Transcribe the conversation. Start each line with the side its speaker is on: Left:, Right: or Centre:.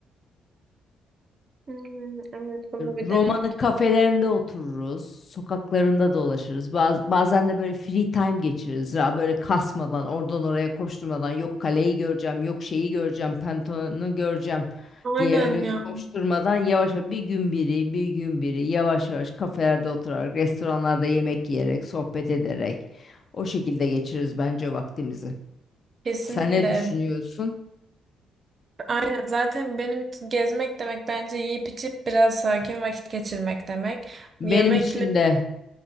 Right: Hmm, evet bunu bir
Left: Roma'nın
Right: denemek.
Left: kafelerinde otururuz, sokaklarında dolaşırız. Baz- bazen de böyle free time geçiririz. Ya böyle kasmadan, oradan oraya koşturmadan, yok kaleyi göreceğim, yok şeyi göreceğim, Pantheon'u göreceğim
Right: Aynen
Left: diye öyle
Right: ya.
Left: koşturmadan yavaş yavaş bir gün biri, bir gün biri yavaş yavaş kafelerde oturarak, restoranlarda yemek yiyerek, sohbet ederek o şekilde geçiririz bence vaktimizi.
Right: Kesinlikle
Left: Sen ne düşünüyorsun?
Right: Aynen zaten benim için gezmek demek bence yiyip içip biraz sakin vakit geçirmek demek.
Left: Benim
Right: Yemekleri,
Left: için de